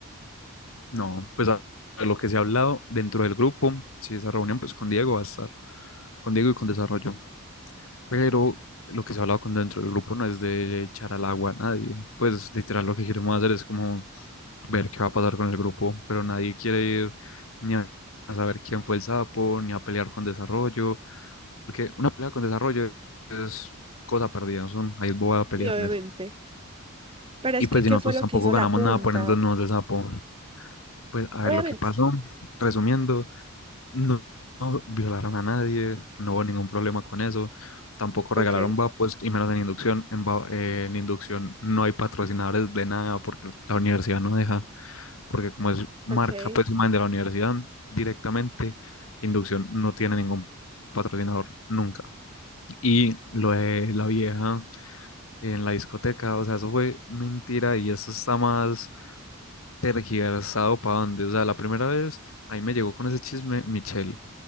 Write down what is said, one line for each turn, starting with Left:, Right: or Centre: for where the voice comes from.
Left: no, pues a a lo que se ha hablado dentro del grupo, si esa reunión pues con Diego va a estar, con Diego y con Desarrollo. Pero lo que se ha hablado con dentro del grupo no es de echar al agua a nadie. Pues literal lo que queremos hacer es como ver qué va a pasar con el grupo, pero nadie quiere ir ni a a saber quién fue el sapo, ni a pelear con Desarrollo Porque una pelea con desarrollo es cosa perdida, ¿no? son, ahí voy a pelearles.
Right: Y obviamente. Pero
Left: Y
Right: es que,
Left: pues
Right: ¿qué
Left: si nosotros
Right: fue lo
Left: tampoco
Right: que hizo
Left: ganamos
Right: la junta?
Left: nada poniéndonos nos de sapo. Pues a
Right: Obviamente.
Left: ver lo que pasó, resumiendo, no, no violaron a nadie, no hubo ningún problema con eso, tampoco
Right: Ok,
Left: regalaron vapos y menos en inducción. En, va- eh, en inducción no hay patrocinadores de nada porque la universidad no deja, porque como es marca
Right: ok.
Left: pues imagen de la universidad directamente, inducción no tiene ningún patrocinador nunca. Y lo de la vieja en la discoteca, o sea, eso fue mentira y eso está más tergiversado para dónde. O sea, la primera vez ahí me llegó con ese chisme Michelle.